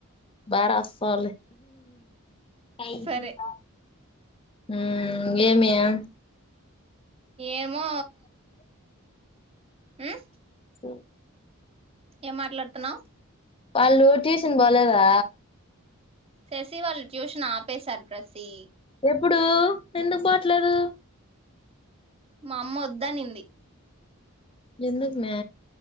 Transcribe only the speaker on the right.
సరే
ఏమో హుమ్
ఏం మాట్లాడుతున్నావ్
శెసి వాళ్ళు ట్యూషన్ ఆపేసారు ప్రసీ
మా అమ్మ వద్దనింది